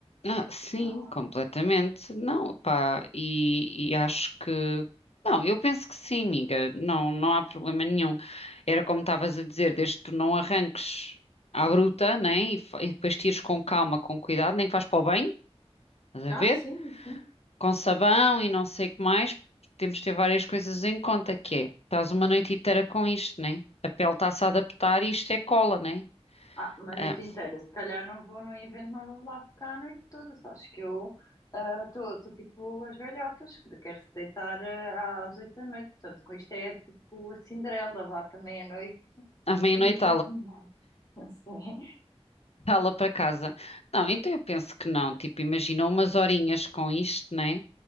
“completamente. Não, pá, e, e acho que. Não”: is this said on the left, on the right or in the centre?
Left